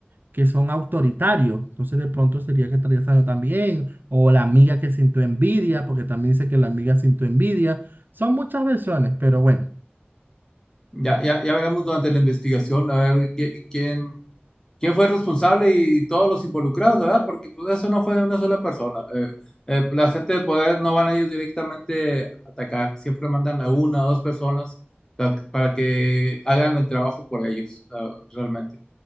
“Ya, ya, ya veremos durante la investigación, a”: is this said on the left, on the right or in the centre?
Left